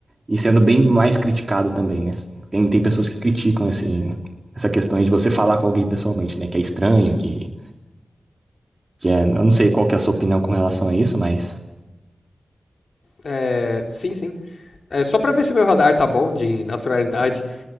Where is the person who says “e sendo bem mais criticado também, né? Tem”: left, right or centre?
Right